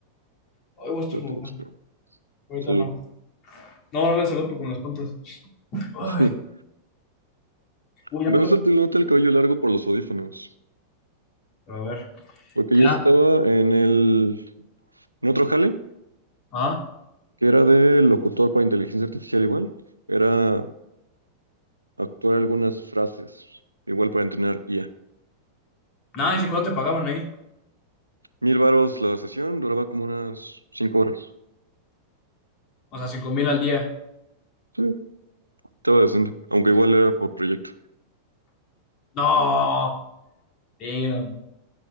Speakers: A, on the left; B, on the right.
A: Hoy voy a estornudar,
B: No te gusta.
A: ahorita
B: Salud.
A: no. No, no me saludo con las puntas. Ay,
B: <laughs>
A: uy, ya
B: Bueno,
A: me toca.
B: solo te nota el cabello largo por los audífonos.
A: Pero a ver,
B: Porque
A: ya,
B: yo estaba en el... en otro jale,
A: ah.
B: que era de locutor para inteligencia artificial igual. Era actuar algunas frases, igual para entrenar IA.
A: Nada, ¿y cuánto te pagaban ahí?
B: Mil varos la sesión, duraba como unas cinco horas.
A: O sea, cinco mil al día.
B: Sí, estaba decente, aunque igual era por proyecto.
A: No, damn.